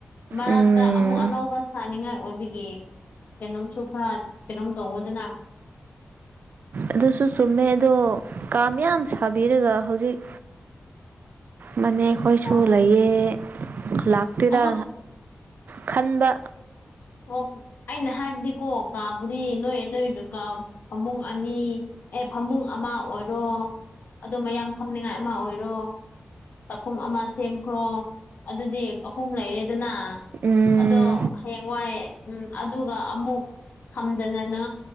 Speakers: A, on the left; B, on the right.
A: ꯃꯔꯛꯇ
B: ꯎꯝ
A: ꯑꯃꯨꯛ ꯑꯅꯧꯕ ꯁꯅꯤꯡꯉꯥꯏ ꯑꯣꯏꯕꯤ ꯀꯩꯅꯣꯝꯁꯨ ꯈꯔ ꯀꯩꯅꯣꯝ ꯇꯧꯗꯅ
B: ꯑꯗꯨꯁꯨ ꯆꯨꯝꯃꯦ ꯑꯗꯣ ꯀꯥꯌꯥꯝ ꯁꯥꯕꯤꯔꯒ ꯍꯧꯖꯤꯛ ꯃꯅꯤ ꯑꯩꯣꯏꯁꯨ
A: ꯍꯣꯏ
B: ꯂꯩꯌꯦ ꯂꯥꯛꯇꯦꯔꯥ
A: ꯑꯗꯣ
B: ꯈꯟꯕ
A: ꯑꯣ ꯑꯩꯅ ꯍꯥꯏꯕꯗꯤꯀꯣ ꯀꯥꯕꯨꯗꯤ ꯅꯣꯏ ꯅꯣꯏꯗꯨ ꯄꯃꯨꯡ ꯑꯅꯤ ꯑꯦ ꯐꯃꯨꯡ ꯑꯃ ꯑꯣꯏꯔꯣ ꯑꯣ ꯃꯌꯥꯝ ꯐꯝꯅꯤꯉꯥꯏ ꯑꯃ ꯑꯣꯏꯔꯣ ꯆꯥꯛꯈꯨꯝ ꯑꯃ ꯁꯦꯝꯈ꯭ꯔꯣ ꯑꯗꯨꯗꯤ ꯑꯍꯨꯝ ꯂꯩꯔꯦꯗꯅ
B: ꯎꯝ
A: ꯑꯗꯣ ꯍꯌꯦꯡꯋꯥꯏꯑꯦ ꯎꯝ ꯑꯗꯨꯒ ꯑꯃꯨꯛ ꯁꯝꯖꯅꯅꯥ